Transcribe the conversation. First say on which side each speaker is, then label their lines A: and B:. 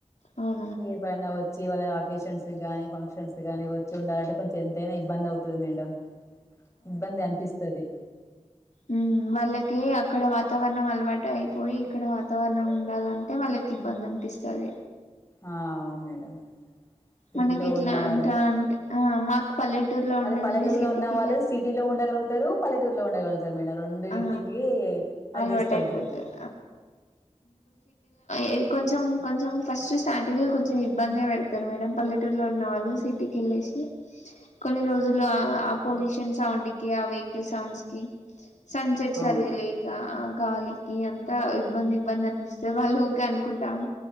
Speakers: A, on the left; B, on the left.
A: హా
B: ఎపుడైనా వచ్చి వాళ్ళ అకేషన్స్ కి గాని ఫంక్షన్స్ గానీ వచ్చి ఉండాలంటే కొంచెం ఎంతైనా ఇబ్బంది అవు తది మేడమ్ ఇబ్బంది అనిపిస్తది
A: ఉమ్ వాళ్ళకి అక అక్కడ వాతావరణం అలవాటు అయిపోయి ఇక్కడ వాతావరణం ఉండాలంటే వాళ్ళకి ఇబ్బంది అనిపిస్తది
B: ఆ అవును మేడమ్ సిటీలో
A: మనకి ఎట్లా
B: ఉన్న వాళ్ళు
A: అంట అంటే ఆ మాకు పల్లెటూరులో
B: అదే
A: ఉండి
B: పల్లెటూరులో
A: ఉండి సిటీకి
B: ఉన్నవాళ్ళు సిటీలో ఉండగలుగుతారు పలటూరిలో ఉండ మీ రెండు
A: ఆ
B: ఇంటికి
A: అలవాటు
B: అడ్జస్ట్ అవుతారు
A: అయిపోతది ఏది కొంచం కొంచెం ఫస్ట్ స్టార్టింగ్ లో కొంచెం ఇబ్బంది పెడతారు మేడం పల్లెటూరులో ఉన్న వాళ్ళు సిటీకి వెళ్ళిసి కొన్ని రోజులు ఆ పొల్యూషన్ సౌండ్ కి ఆ వెహికల్ సౌండ్స్ కి సన్సెట్
B: అవును
A: సరిగలేక గాలికి అంతా ఇబ్బంది ఇబ్బంది అనిపిస్తే వాళ్ళు ఊరిక అనుకుంటాం